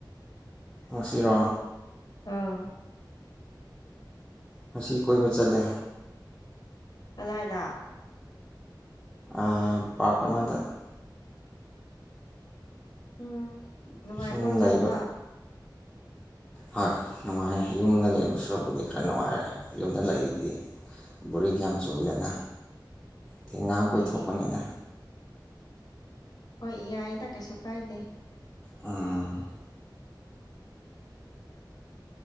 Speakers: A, in the centre; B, on the left.
A: ꯉꯁꯤꯔꯣ꯫
B: ꯑꯥ
A: ꯉꯁꯤ ꯀꯣꯏꯕ ꯆꯠꯂꯦ꯫
B: ꯀꯔꯥꯢꯗ꯫
A: ꯑ ꯄꯥꯔꯛ ꯑꯃꯗ꯫
B: ꯎꯝ ꯅꯨꯡꯉꯥꯏꯕ꯭ꯔꯣ
A: ꯁꯨꯝ ꯂꯩꯥꯕ
B: ꯆꯠꯄ
A: ꯍꯣꯏ ꯅꯨꯡꯉꯥꯏꯔꯦ ꯌꯨꯝꯗ ꯂꯩꯕꯁꯨꯨꯔꯕꯨꯗꯤ ꯈꯔ ꯅꯨꯡꯉꯥꯏꯔꯦ ꯌꯨꯝꯗ ꯂꯩꯔꯤꯗꯤ꯫ ꯕꯣꯔꯤꯡ ꯌꯥꯝ ꯆꯨꯏꯗꯅ ꯗꯨꯢ ꯉꯥꯛ
B: ꯍꯣꯏꯅꯦ
A: ꯀꯣꯏꯊꯣꯛꯄꯅꯤꯗ꯫
B: ꯍꯣꯏ ꯌꯥꯏꯌꯦꯗ ꯀꯩꯁꯨ ꯀꯥꯏꯗꯦ꯫
A: ꯎꯝ